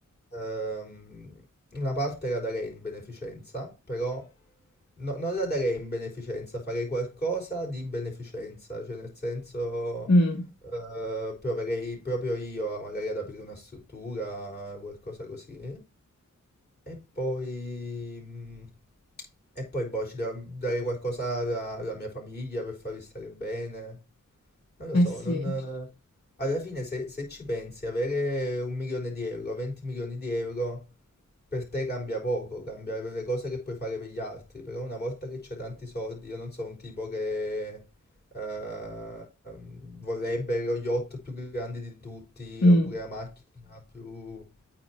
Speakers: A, on the left (about 30°); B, on the left (about 55°).
A: Ehm, una parte la darei in beneficenza, però no- non la darei in beneficenza, farei qualcosa di beneficenza, cioè nel senso
B: mm,
A: eh, proverei proprio io a- magari ad aprire una struttura, qualcosa così. E poi... mm, E poi, boh, ci devo dare qualcosa alla, alla mia famiglia per farli stare bene. Non lo
B: eh
A: so,
B: sì,
A: non... eh, Alla fine, se, se ci pensi, avere un milione di euro, 20 milioni di euro, per te cambia poco, cambia per le cose che puoi fare per gli altri. Però una volta che c'è tanti soldi, io non sono un tipo che... eh, ehm, vorrebbe lo yacht più grande di tutti
B: Mm.
A: oppure la macchina più